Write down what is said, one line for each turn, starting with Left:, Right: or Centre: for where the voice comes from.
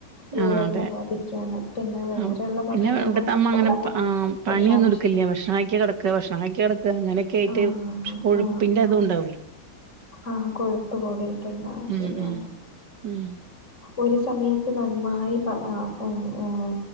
Left: ലിവറിനെ
Right: ആഹ് അതെ
Left: ബാധിക്കാണ് പിന്നെ വേറെ
Right: ആഹ്
Left: ഉള്ള ഭക്ഷണങ്ങള്ലും
Right: പിന്നെ ഇവിടുത്തെ അമ്മ
Left: ഉണ്ടാവല്ലോ
Right: അങ്ങനെ ആഹ് പണിയൊന്നും
Left: വിഷാംശം
Right: ഇട്ക്കൽല്ല ഭക്ഷണം കഴിക്ക കെടക്ക ഭക്ഷണം കഴിക്ക കെടക്ക അങ്ങനെ ക്കേയിട്ട്
Left: ആഹ് ആഹ്
Right: കൊഴുപ്പിന്റെ
Left: ആഹ്
Right: അതും
Left: ആഹ്
Right: ഉണ്ടാവില്ലെ
Left: ആഹ് കൊഴുപ്പ് കൂടിയിട്ടുണ്ടാവും
Right: ഉം
Left: ശരിയാണ്
Right: ഉം ഉം
Left: ഒരു സമയത്ത് നന്നായി ബ ആഹ് ആഹ് ആഹ്